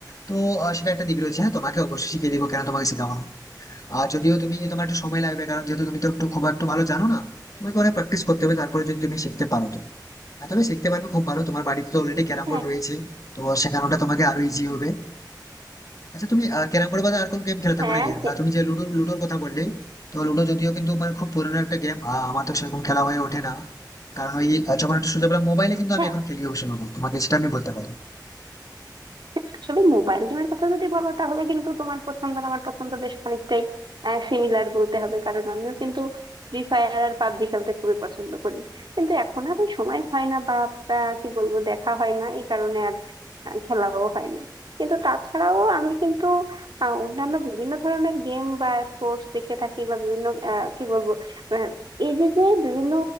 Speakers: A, on the left; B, on the right.
A: তো আহ, সেটা একটা দিক রয়েছে হ্যাঁ তোমাকে অবশ্যই শিখিয়ে দিবো কেন তোমাকে শেখাবো না। আর যদিও তুমি তোমার একটু সময় লাগবে কারণ যেহেতু তুমি তো একটু খুব একটু ভালো জানো না তোমাকে অনেক প্র্যাকটিস করতে হবে তারপরে যদি তুমি শিখতে পারো তো হ্যাঁ তুমি শিখতে পারবে খুব ভালো তোমার বাড়িতে তো অলরেডি ক্যারাম
B: হ্যাঁ
A: বোর্ড রয়েছে তো শেখানোটা তোমাকে আরো ইজি হবে আচ্ছা তুমি ক্যারাম বোর্ড বাদে আর কোন গেম খেলে থাকো
B: হ্যাঁ
A: নাকি
B: হ্যাঁ সে-
A: আহ, তুমি যে লুডো লুডোর কথা বললে তো লুডো যদিও কিন্তু মানে খুব পুরোনো একটা গেম আমার তো সেরকম খেলা হয়ে ওঠে না কারণ ওই আহ, যখন একটু সুযোগ পেলাম মোবাইলে কিন্তু আমি
B: হ্যাঁ
A: এখন খেলি অবশ্য লুডো তোমাকে সেটা আমি বলতে পারবো
B: আসলে মোবাইল গেমের কথা যদি বলো তাহলে কিন্তু তোমার পছন্দ আর আমার পছন্দ বেশ খানিকটাই সিমিলার বলতে হবে কারণ আমিও কিন্তু ফ্রি ফায়ার আর পাবজি খেলতে খুবই পছন্দ করি কিন্তু এখন আর ওই সময় হয় না বা আহ, কি বলবো দেখা হয় না এই কারণে আর আহ, খেলাও হয় না কিন্তু তাছাড়াও আমি কিন্তু আহ, অন্যান্য বিভিন্ন ধরনের গেম বা স্পোর্টস দেখে থাকি বা বিভিন্ন আহ, কি বলবো আহ, এই যে যে বিভিন্ন